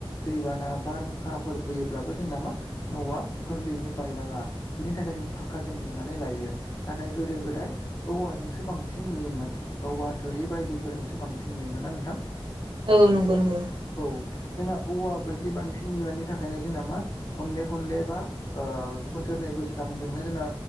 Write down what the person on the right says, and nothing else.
औ नंगौ नंगौ